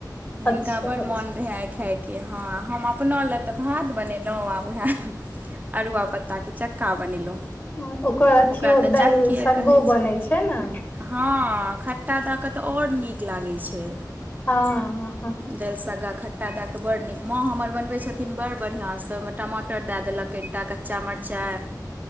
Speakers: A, on the left; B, on the right.
A: अच्छा
B: हिनका बड़
A: अच्छा
B: मोन रहै आइ खायके कि हँ हम अपना लए तऽ भात बनेलहुँ आ वएह अरुआ पत्ता के चक्का बनेलौं
A: ओकर अथियो
B: ओकरा तऽ
A: दालि
B: चक्के
A: सग्गो
B: कहै
A: बनै
B: छै
A: ने
B: हँ खट्टा दए कऽ तऽ आओर नीक लागै छै
A: हँ हँ
B: दालि साग्गा खट्टा दए कऽ बड़ नीक माँ हमर बनबै छथिन बड़ बढ़या सँ ओहिमे टमाटर दए देलक कनिटा कच्चा मरचाइ